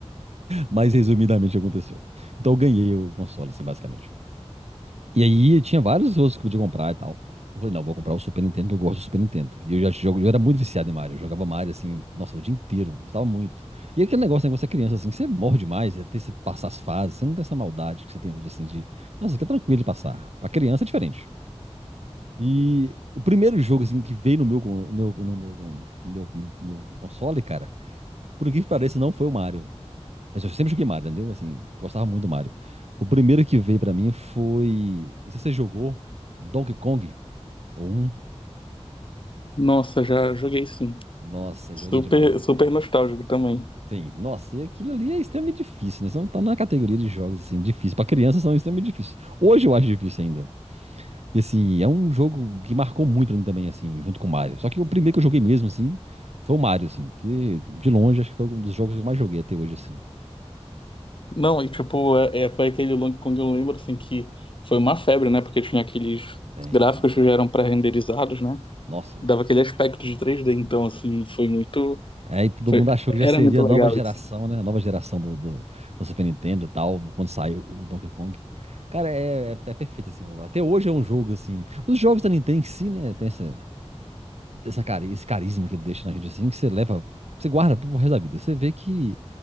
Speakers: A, on the right; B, on the left.
A: mais resumidamente aconteceu. Então eu ganhei o console, assim, basicamente. E aí eu tinha vários outros que eu podia comprar e tal. Eu falei, não, vou comprar o Super Nintendo, que eu gosto do Super Nintendo. E eu já jogo, eu era muito viciado em Mario. Eu jogava Mario assim, nossa, o dia inteiro, gostava muito. E é aquele negócio, né, quando você é criança, assim, você morre demais, até você passar as fases, você não tem essa maldade que você tem hoje, assim, de. Nossa, aqui é tranquilo de passar. Pra criança é diferente. E o primeiro jogo, assim, que veio no meu, con- no meu, no meu, no meu, meu console, cara, por que pareça, não foi o Mario. Mas eu sempre joguei Mario, entendeu? Assim, gostava muito do Mario. O primeiro que veio pra mim foi. Não sei se você jogou Donkey Kong ou um.
B: Nossa, já joguei sim.
A: Nossa,
B: Super,
A: joguei demais aquele
B: super
A: trem, velho.
B: nostálgico também.
A: Sim, nossa, e aquilo ali é extremamente difícil, né? Só não tá na categoria de jogos, assim, difícil. Pra criança são extremamente difíceis. Hoje eu acho difícil ainda. E assim, é um jogo que marcou muito pra mim também, assim, junto com o Mario. Só que o primeiro que eu joguei mesmo, assim, foi o Mario, assim, que de longe acho que foi um dos jogos que eu mais joguei até hoje, assim.
B: Não, e tipo, é, é, foi aquele Long Kong, eu lembro assim que foi uma febre, né? Porque tinha aqueles
A: Tem-
B: gráficos que já eram pré-renderizados, né?
A: Nossa,
B: Dava aquele aspecto de três d então assim, foi muito.
A: Aí todo
B: foi-
A: mundo achou que já
B: era
A: seria
B: muito
A: a
B: legal
A: nova geração,
B: isso. né?
A: né? A nova geração do, do, do Super Nintendo e tal, quando saiu o Donkey Kong. Cara, é, é, é perfeito, assim. Até hoje é um jogo, assim. Os jogos da Nintendo em si, né? Tem essa, essa cari esse carisma que ele deixa na gente, assim, que você leva, você guarda pro resto da vida. Você vê que